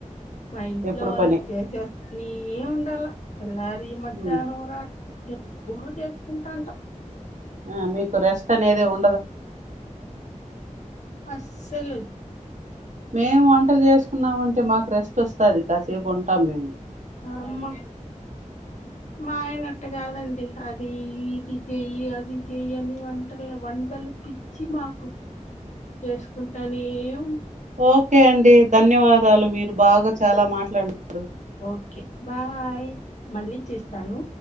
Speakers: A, on the left; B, on the right.
A: మా ఇంట్లో
B: ఎప్పుడు
A: వాళ్ళకి
B: పని
A: కేసేస్త నీ ఉంటాల ఎల్లార మధ్యాహ్నం
B: ఉమ్,
A: రాత్ర ఎప్పుడు చేసుకుంటాంట
B: ఆ మీకు రెస్ట్ అనేది ఉ
A: అసలు
B: మేము వంటలు చేసుకున్నామ అంటే మాకు రెస్ట్ వస్తుది కాసేపు ఉంటంది తమేము
A: ఆ మా మాయనట్ట కాదండి అది ఇది చెయ్యి అది చెయ్య అని వంటలు వంటలు పిచ్చి మాకు చేసుకుంటానే ఏ
B: ఓకే అండి ధన్యవాదాలు మీరు బాగా చాలా మాట్లాడుతారు
A: ఓకే బాయ్ మళ్ళీ చేస్తాను